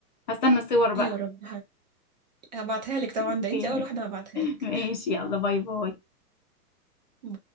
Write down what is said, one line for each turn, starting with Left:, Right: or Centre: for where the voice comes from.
Left: هستنى الصور بقى
Right: يا رب هبعتها لك طبعا
Left: اوكي
Right: ده انتي اول واحدة هبعتها
Left: <laughs>
Right: لك
Left: ماشي يلا باي باي
Right: <laughs>